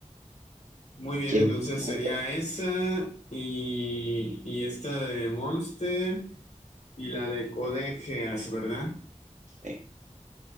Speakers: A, on the left; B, on the right.
A: Muy bien,
B: que
A: entonces
B: es muy buena.
A: sería esa y, y esta de Monster y la de Code Geass, ¿verdad?
B: sí.